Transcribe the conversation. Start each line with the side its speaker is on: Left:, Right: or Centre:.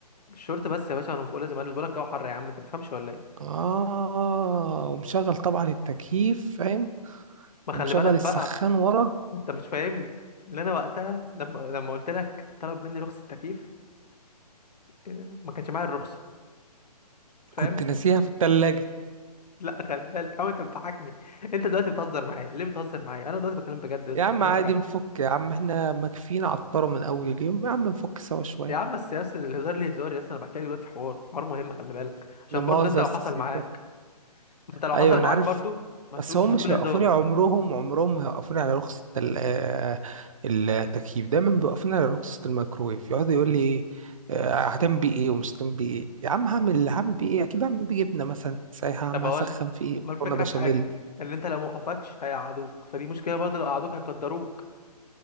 Left: بالشورت بس يا باشا انا فوق لازم البس بقول لك الجو حر يا عم انت ما بتفهمش ولا ايه
Right: اه ومشغل طبعا التكييف فاهم
Left: ما
Right: ومشغل
Left: خلي بالك
Right: السخان
Left: بقى
Right: ورا
Left: انت مش فاهمني اللي انا وقتها لما لما قلت لك طلب مني رخصه تكييف اه، ما كانش معايا الرخصه فاهم
Right: كنت ناسيها في التلاجة
Left: لا خلي بالك عم انت بتضحكني انت دلوقتي بتهزر معايا ليه بتهزر معايا انا دلوقتي بكلم بجد يا اسطى
Right: يا عم
Left: بكلمك
Right: عادي
Left: عن-
Right: نفك يا عم احنا مكفينا عطارة من اول اليوم يا عم نفك سوا شوية
Left: يا عم بس يا اسطى الهزار ليه هزار يا اسطى انا بحكي لك دلوقتي حوار حوار مهم خلي بالك عشان
Right: لا مؤاخذة
Left: برضه انت
Right: يا
Left: لو
Right: أستاذ
Left: حصل
Right: سيف
Left: معاك ما انت لو
Right: ايوه
Left: حصل
Right: انا
Left: معاك
Right: عارف
Left: برضه ما
Right: بس
Left: تقولش
Right: هم
Left: هتقول
Right: مش هيوقفوني
Left: هزار
Right: عمرهم عمرهم ما هيوقفوني على رخصة ال- آه، التكييف دايما بيوقفوني على رخصة الميكرويف يقعد يقول لي إيه، آه، هتعمل بيه ايه ومش هتعمل بيه ايه يا عم هعمل هعمل بيه ايه اكيد هعمل بيه جبنة مثلا سايحة هعمل
Left: طب اقول
Right: اسخن
Left: لك
Right: فيه
Left: ما الفكره
Right: مكرونة بشاميل
Left: في حاجه ان انت لو ما وقفكش هيقعدوك فدي مشكله برضه لو قعدوك هيقدروك